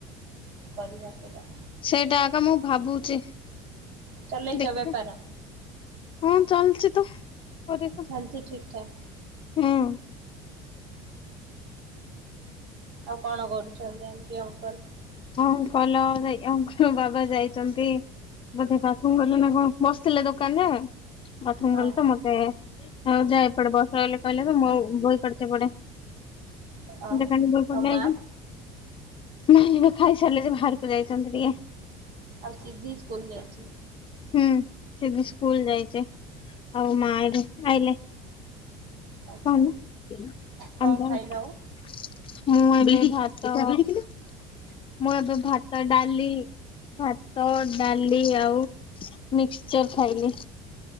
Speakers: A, on the right; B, on the left.
A: କରିବା ସେଇଟା।
B: ସେଇଟା ଆ ଏକା ମୁଁ ଭାବୁଚି।
A: ଚଲେଇଛ
B: ଦେଖଆ
A: ବେପାର
B: ହଁ ଚାଲଚି ତ। <unintelligible>
A: ଚାଲିଛି ଠିକ୍ ଠାକ୍।
B: ହୁଁ।
A: ଆଉ କଣ କରୁଛନ୍ତି ଆଣ୍ଟି ଅଙ୍କଲ?
B: ହଁ ଭଲ। <unintelligible> ଆଙ୍କ ବାବା ଯାଇଛନ୍ତି ବୋଧେ ପାଖ ଗଲେ ନା କଣ ବସିଥିଲେ ଦୋକାନରେ ବାଥରୁମ
A: ହଁ
B: ଗଲେ ତ ମତେ ଆ ଯାଏ ପଡେ ବସ ଯା କହିଲେ, ମୁଁ ବହି ପଢୁଚି ଏପଟେ।
A: ହଁ
B: <unintelligible>
A: ଆଉ ମା
B: ଖାଇସାରିଲେ ଯେ ବାହାରକୁ ଯାଇଛନ୍ତି ଟିକେ।
A: ଆଉ ସିଧି ସ୍କୁଲ ଯାଇଚି।
B: ହୁଁ ସିଧି ସ୍କୁଲ ଯାଇଚି। ଆଉ ମା ଏଠି ଆଇଲେ।
A: ଆଚ୍ଛା
B: କହ ହେଲା?
A: କଣ
B: <unintelligible>
A: ଖାଇଲ ଆଉ
B: ମୁଁ ଏବେ। <unintelligible>
A: <inaudible>
B: ମୁଁ ଏବେ ଭାତ ଡାଲି ଭାତ, ଡାଲି ଆଉ ମିକ୍ସଚର ଖାଇଲି।